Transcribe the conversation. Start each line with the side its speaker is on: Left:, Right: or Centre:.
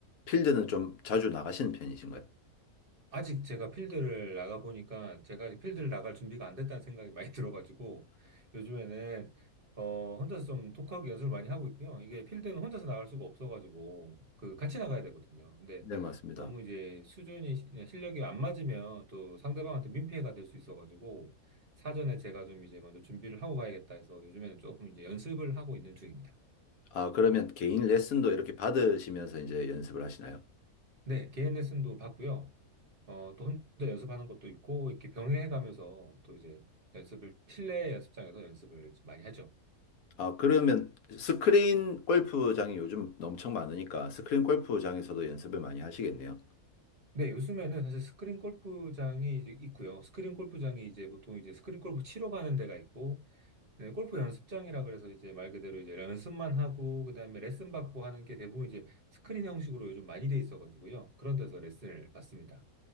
Left: 필드는 좀 자주 나가시는 편이신가요?
Right: 아직 제가 필드를 나가보니까 제가 아직 필드를 나갈 준비가 안 됐다는 생각이 많이 <laughs> 들어가지고 요즘에는 어, 혼자서 좀 독학 연습을 많이 하고 있고요. 이게 필드는 혼자서 나갈 수가 없어가지고 그 같이 나가야 되거든요. 근데
Left: 네, 맞습니다.
Right: 너무 이제 수준이 시- 실력이 안 맞으면 또 상대방한테 민폐가 될 수 있어가지고 사전에 제가 좀 이제 먼저 준비를 하고 가야겠다 해서 요즘에는 조금 이제 연습을 하고 있는 중입니다.
Left: 아, 그러면 개인 레슨도 이렇게 받으시면서 이제 연습을 하시나요?
Right: 네, 개인 레슨도 받고요. 어, 또 혼자 연습하는 것도 있고, 이렇게 병행해가면서 또 이제 연습을, 실내 연습장에서 연습을 좀 많이 하죠.
Left: 아, 그러면 스크린 골프장이 요즘 엄청 많으니까 스크린 골프장에서도 연습을 많이 하시겠네요.
Right: 네, 요즘에는 사실 스크린 골프장이 이제 있고요. 스크린 골프장이 이제 보통 이제 스크린 골프 치러 가는 데가 있고, 네, 골프 연습장이라 그래서 이제 말 그대로 이제 연습만 하고, 그다음에 레슨 받고 하는 게 대부분 이제 스크린 형식으로 요즘 많이 돼 있어가지고요. 그런 데서 레슨을 받습니다.